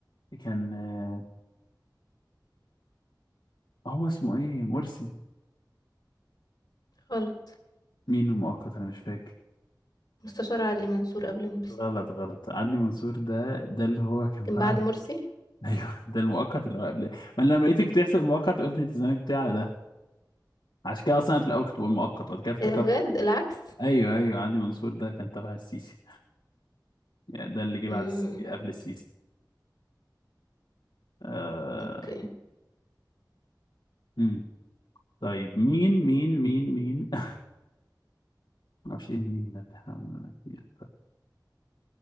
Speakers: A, on the left (about 80°); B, on the left (about 60°).
A: كان آه، هو اسمه ايه مرسي
B: غلط
A: مين المؤقت انا مش فاكر
B: مستشار علي منصور قبل مرسي
A: غلط غلط عدلي منصور ده ده اللي هو كان
B: كان
A: بعد
B: بعد مرسي
A: ايوه ده المؤقت اللي هو قبل ما أنا لما لقيتك بتحسب مؤقت قلت انت زمانك بتاع على ده عشان كده اصلا أنا في الاول كنت بقول مؤقت وبعد كده افتكرت
B: ايه ده بجد العكس
A: ايوه ايوه عدلي منصور ده كان تبع السيسي يعني ده اللي جه بعد
B: امم
A: الس... قبل السيسي آه...
B: اوكي
A: مم. طيب مين مين مين مين <laughs> ما اعرفش ايه مين ده اللي حوالينا ده كتير